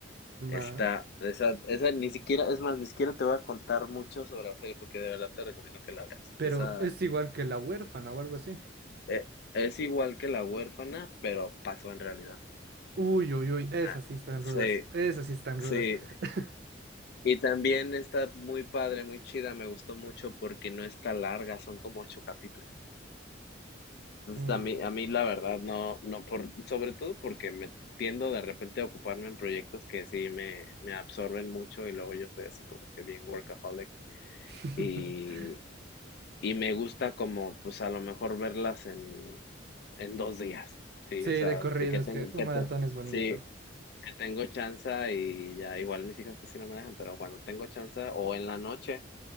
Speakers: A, on the left; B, on the right.
A: Está,
B: Va,
A: esa, esa ni siquiera, es más, ni siquiera te voy a contar mucho sobre la serie porque de verdad te recomiendo que la veas.
B: pero
A: Esa
B: es igual que La Huérfana o algo así.
A: eh, es igual que La Huérfana, pero pasó en realidad.
B: Uy, uy, uy, esas
A: Ah,
B: sí están
A: sí,
B: rudas, esas sí están rudas.
A: sí.
B: <laughs>
A: Y también está muy padre, muy chida, me gustó mucho porque no está larga, son como ocho capítulos. Entonces
B: Mm.
A: a mí, a mí la verdad no, no por, sobre todo porque me tiendo de repente a ocuparme en proyectos que sí me, me absorben mucho y luego yo soy así como que bien workaholic.
B: <laughs>
A: Y, Y me gusta como, pues a lo mejor verlas en, en dos días, sí,
B: Sí,
A: o
B: de
A: sea,
B: corrido,
A: de que,
B: es
A: ten-
B: que un
A: que
B: maratón
A: te-
B: es bonito.
A: sí, que tengo chance y ya, igual mis hijas casi no me dejan, pero cuando tengo chance o en la noche,